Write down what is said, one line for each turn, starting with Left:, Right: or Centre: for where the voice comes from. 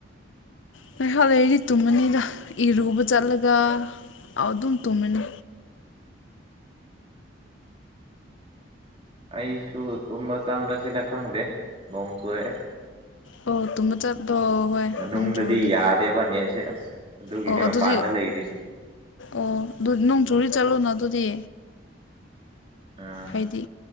Left: ꯉꯥꯏꯍꯥꯛ ꯂꯩꯗꯤ ꯇꯨꯝꯃꯅꯤꯗ ꯏꯔꯨꯕ ꯆꯠꯂꯒ ꯑꯗꯨꯝ ꯇꯨꯝꯃꯅꯤ
Right: ꯑꯩꯁꯨ ꯇꯨꯝꯃ ꯆꯪꯗ꯭ꯔꯁꯤꯗ ꯈꯪꯗꯦ ꯅꯣꯡ ꯆꯨꯔꯛꯑꯦ
Left: ꯑꯣ ꯇꯨꯝꯕ ꯆꯠꯂꯣ ꯍꯣꯏ
Right: ꯃꯅꯨꯡꯗꯗꯤ
Left: ꯅꯣꯡ ꯆꯨꯔꯗꯤ
Right: ꯌꯥꯗꯦꯕ ꯅꯦꯠꯁꯦ ꯑꯁ ꯑꯗꯨꯒꯤꯅꯦ
Left: ꯑꯣ ꯑꯗꯨꯗꯤ
Right: ꯃꯄꯥꯟꯗ ꯂꯩꯔꯤꯁꯦ
Left: ꯑꯣ ꯑꯗꯨ ꯅꯪ ꯨꯔꯤ ꯆꯂꯨꯅ ꯑꯗꯨꯗꯤ
Right: ꯑꯥ
Left: ꯍꯥꯏꯗꯤ